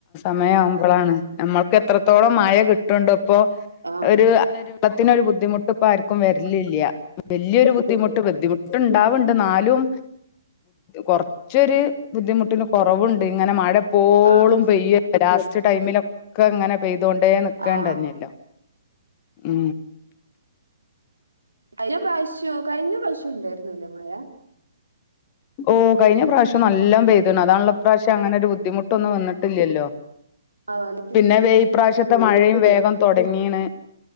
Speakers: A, on the left; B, on the right.
A: സമയവുമ്പോളാണ് നമ്മൾക്ക് എത്രത്തോളം മഴ കിട്ടുംണ്ടോ ഇപ്പൊ
B: ആഹ്
A: ഒരു അത്തിനൊ ഒരു ബുദ്ധിമുട്ട് ഇപ്പ ആർക്കും വ ഇല്ല ഇല്ലയ വലിയൊരു ബുദ്ധിമുട്ട് ബുദ്ധിമുട്ട്ണ്ടാവുണ്ട് നാലും കുറച്ചൊരു ബുദ്ധിമുട്ടിന് കൊറവുണ്ട് ഇങ്ങനെ മഴ പോ എപ്പോളും
B: ആഹ്
A: പ ടൈമിലൊക്കെ അങ്ങനെ പോ ഇതുകൊണ്ടേ നക്കണ്ടന്നല്ലോ
B: ആഹ്
A: ഉ
B: അയ്യം പ്രാവശ്യോ കഴിഞ്ഞ പ്രാവശ്യം ഉണ്ടായിരുന്നല്ലേ മഴ
A: ഓ കൈന പറ നല്ല പ്ത അതാണ് പ്രാവശ്യം അങ്ങനെ ബദ്ധിമുട്ട് ഇപ്പം വന്നിട്ടില്ലല്ലോ
B: ആഹ് വന്നിട്ടില്ല
A: പിന്നെ വെയ
B: പക്ഷെ
A: പ്ര്രാവശ്യത്തെ മഴയും വേഗം തുടങ്ങിണ്